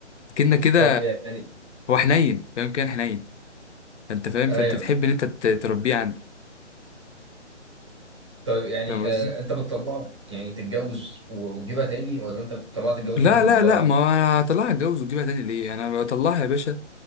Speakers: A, on the left (about 70°); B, on the right (about 25°).
A: كنا كده
B: طب يعني
A: هو حنين فاهم كان حنين فانت فاهم
B: ايوه
A: فانت تحب ان انت ت- تربيه عندك
B: طب يعني
A: فاهم قصدي
B: آه انت بتطلعه يعني تتجوز وتجيبها تاني ولا انت بتطلعها تتجوز
A: لا
B: عموما
A: لا
B: بقى
A: لا
B: ما
A: ما انا هطلعها اتجوز وتجيبها تاني ليه انا بطلعها يا باشا